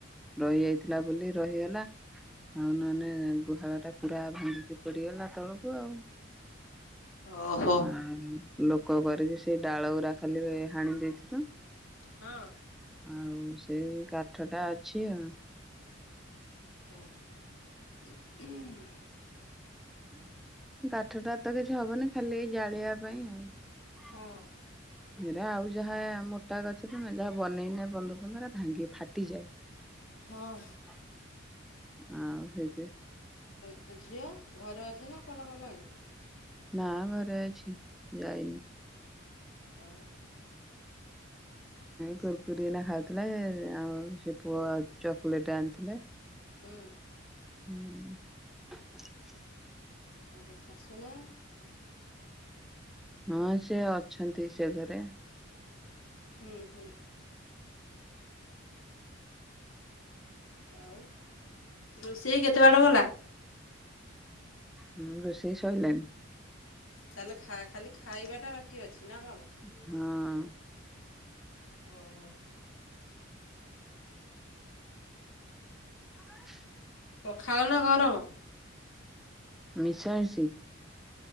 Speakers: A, in the centre; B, on the left.
A: ରହିଯାଇଥିଲା ବୋଲି ରହିଗଲା ଆଉ ନହେଲେ ଗୁହାଳ ଟା ପୁରା ଭାଙ୍ଗିକି ପଡିଗଲା ତଳକୁ ଆଉ।
B: ଓହୋ।
A: ଆ ଲୋକ କରିକି ସେଇ ଡାଳ ଗୁୁରା ଖାଲି ହାଣି ଦେଇଥିଲୁ।
B: ହଁ
A: <inaudible> ଆଉ ସେଇ ଗ ଛ ଟା ଅଛି ଆଉ।
B: ହୁଁ।
A: <inaudible> କାଠଟା ତ କିଛି ହବନି ଖାଲି ଜାଳିବା ପାଇଁ ଆଉ
B: ହଁ
A: <inaudible> ଏରା ଆଉ ଯାହା ମୋଟା ଗଛରେ ଯାହା ବନେଇନ ବନ୍ଧ ଫନ୍ଧ ଭାଙ୍ଗି ଫାଟିଯାଏ
B: ହଁ
A: <inaudible> ଆଉ ସେଇଥି
B: ତ ଝିଅ ଘରେ ଅଛି ନା କୁଆଡ଼େ ଗଲାଣି।
A: ନା ଘରେ ଅଛି ଯାଇନି।
B: ଆଉ
A: କୁରକୁରିନା ଖାଉଥିଲା ଆଉ ସେ ପୁଅ ଚକୋଲେଟ ଆଣିଥିଲେ।
B: ହୁଁ।
A: ହୁଁ।
B: ଆ ତୋ ଶାଶୁମା?
A: ହଁ ସେ ଅଛନ୍ତି ସେ ଘରେ।
B: ହୁଁ ହୁଁ। ଆଉ ରୋଷେଇ କେତେ ବାଟ ଗଲା?
A: ହୁଁ ରୋଷେଇ ସଇଲଣି।
B: ତାହାଲେ ଖାଲି ଖାଇବାଟା ବାକି ଅଛି ନା କଣ?
A: ହଁ।
B: ଓ ହୋ।
A: ହ
B: ପଖାଳ ନା ଗରମ?
A: ମିଶା ହେଶି।